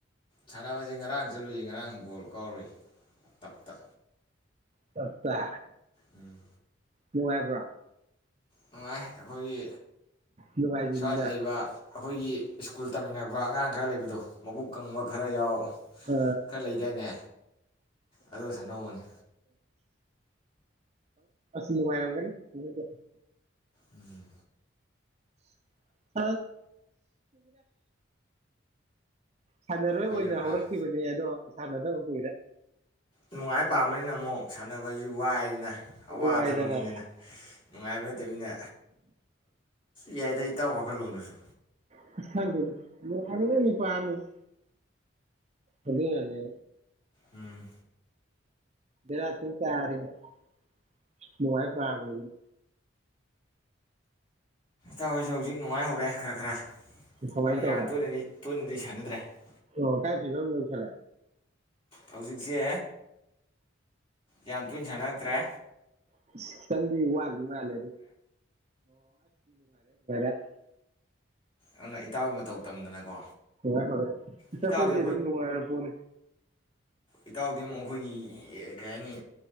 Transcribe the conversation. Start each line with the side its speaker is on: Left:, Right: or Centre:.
Left: ꯁꯥꯟꯅꯕꯁꯦ ꯉꯔꯥꯡ ꯆꯠꯂꯨꯏꯌꯦ ꯉꯔꯥꯡ ꯕꯣꯜ ꯀꯥꯎꯔꯨꯏ ꯇꯞꯇ
Right: ꯇꯞꯇ
Left: ꯎꯝ
Right: ꯅꯨꯉꯥꯏꯕꯔꯥ
Left: ꯅꯨꯡꯉꯥꯏ ꯑꯩꯈꯣꯏꯒꯤ
Right: ꯅꯨꯡꯉꯥꯏꯕꯤꯅꯤꯅ
Left: ꯁ꯭ꯋꯥꯏꯗ ꯂꯩꯕ ꯑꯩꯈꯣꯏꯒꯤ ꯁ꯭ꯀꯨꯜ ꯇꯝꯃꯤꯟꯅꯔꯛꯄ ꯑꯉꯥꯡ ꯈꯔ ꯂꯩꯕꯗꯣ ꯃꯕꯨꯛ ꯀꯪꯕ ꯈꯔ ꯌꯥꯎ
Right: ꯑ
Left: ꯈꯔ ꯂꯩꯗꯥꯏꯅꯦ ꯑꯗꯨꯒ ꯁꯥꯟꯅꯧꯕꯅꯤ
Right: ꯅꯨꯉꯥꯏꯔꯝꯒꯅꯤ ꯑꯗꯨꯗꯤ
Left: ꯎꯝ
Right: <unintelligible> <unintelligible> ꯁꯥꯟꯅꯔꯣꯏ
Left: ꯀꯨꯏꯔꯕ꯭ꯔꯥ
Right: ꯑꯣꯏꯅ ꯍꯧꯔꯛꯈꯤꯕꯅꯦ ꯑꯗꯣ ꯁꯥꯅꯗꯕ ꯀꯨꯏꯔꯦ
Left: ꯅꯨꯡꯉꯥꯏ ꯄꯥꯝꯕꯅꯤꯅ ꯑꯃꯨꯛ ꯁꯥꯟꯅꯕꯁꯤ ꯋꯥꯏꯗꯅ ꯑꯋꯥ
Right: ꯋꯥꯏꯗꯅ
Left: ꯊꯕꯛꯅꯤꯗꯅ ꯅꯨꯡꯉꯥꯏꯕ ꯅꯠꯇꯝꯅꯤꯅ ꯌꯥꯏꯗ ꯏꯇꯥꯎ ꯋꯥꯈꯜꯂꯣꯟꯗꯨ ꯁꯨ
Right: <unintelligible> ꯑꯗꯨꯅꯅꯦ
Left: ꯎꯝ
Right: <unintelligible> ꯅꯨꯉꯥꯏ ꯄꯥꯝꯕꯥꯖꯤꯗꯤ
Left: <unintelligible> ꯍꯧꯖꯤꯛ ꯅꯨꯡꯉꯥꯏ ꯍꯧꯔꯦ ꯈꯔ ꯈꯔ
Right: ꯀꯃꯥꯏꯅ
Left: ꯑꯗꯨꯅ
Right: ꯇꯧꯔꯦ
Left: ꯌꯥꯝꯇꯣꯏꯅꯗꯤ ꯇꯣꯏꯅꯗꯤ <unintelligible>
Right: ꯑꯣ ꯀꯥꯏ ꯐꯤꯕꯝ ꯌꯧꯁꯜꯂꯦ
Left: ꯍꯧꯖꯤꯛꯁꯦ ꯌꯥꯝ ꯇꯣꯏꯅ ꯁꯥꯅꯔꯛꯇꯔ꯭ꯦ
Right: <unintelligible> ꯋꯥꯠꯂꯤ ꯃꯥꯂꯦꯗ <unintelligible> <unintelligible>
Left: ꯑꯗꯨꯅ ꯏꯇꯥꯎꯒꯤ ꯃꯇꯧ ꯇꯝꯗꯅꯀꯣ
Right: ꯐꯔꯦ ꯐꯔꯦ
Left: ꯏꯇꯥꯎꯗꯤ
Right: ꯑꯩꯈꯣꯏꯗꯤ ꯑꯗꯨꯝ ꯅꯨꯡꯉꯥꯏꯔ ꯄꯣꯠꯅꯤ
Left: ꯏꯇꯥꯎ ꯑꯗꯨ ꯑꯃꯨꯛ ꯑꯩꯈꯣꯏꯒꯤ ꯀꯩ ꯍꯥꯏꯅꯤ